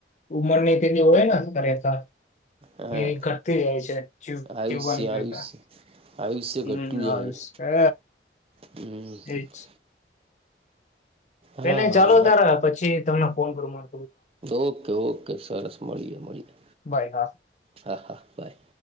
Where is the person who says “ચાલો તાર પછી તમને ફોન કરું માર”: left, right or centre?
Left